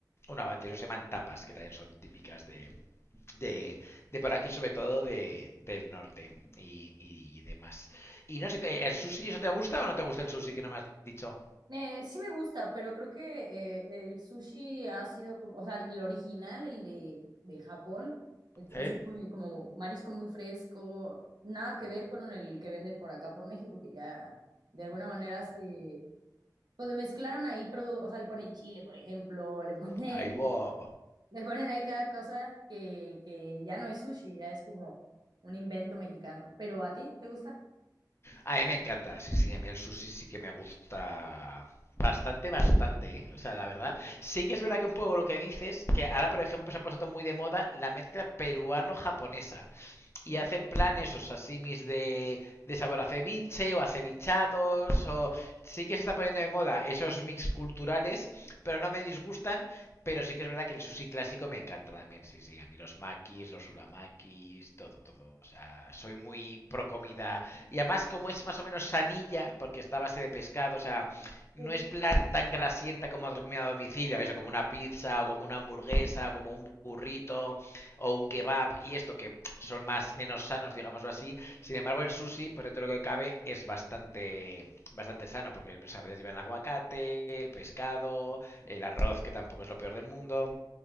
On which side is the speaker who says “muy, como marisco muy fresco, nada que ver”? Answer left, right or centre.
Right